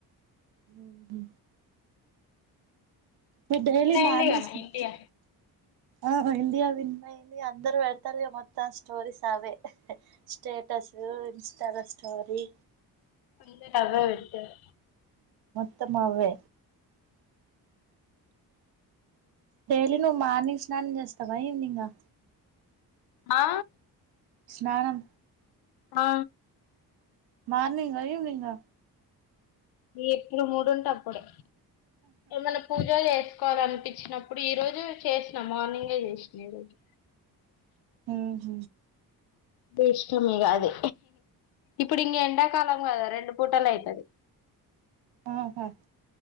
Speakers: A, on the right; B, on the left.
A: ఉహు మీ డైలీ
B: నిన్న అయింది
A: మానీసినా
B: కదా ఇండియా
A: ఆహా ఇండియా విన్ అయింది గా అందరు వెడతారుగా మొత్తం స్టోరిస్ లావే స్టేటస్ ఇన్స్టలో స్టోరీ
B: అందరు అవ్వే వెట్టారు
A: త్తం అవ్వే డైలీ నువ్వు మార్నింగ్ స్నానం చేస్తావా ఈవినింగ
B: ఆ
A: స్నానం
B: ఆ
A: మార్నింగా ఈవినింగా
B: ఎప్పుడు మూడుంటే అప్పుడే ఏ మన పూజాలు చేస్ కోవాలనిపించినప్పుడు ఈ రోజు చేసిన మార్నింగే చేసిన ఈ రోజు
A: ఆ హ
B: మీష్లమ్ మీగ అది ఇప్పుడు ఇంగా ఎండాకాలం కదా రెండు పూటలు అయితది
A: ఆహా